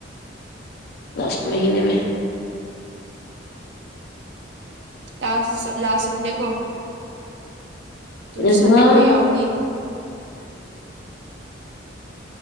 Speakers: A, on the left; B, on the right.
A: لاسٹ مہینے میں
B: لاسٹ لاسٹ سنڈے کو تم
A: ا
B: تو سنڈے
A: ہوں
B: کو ہی آؤ گی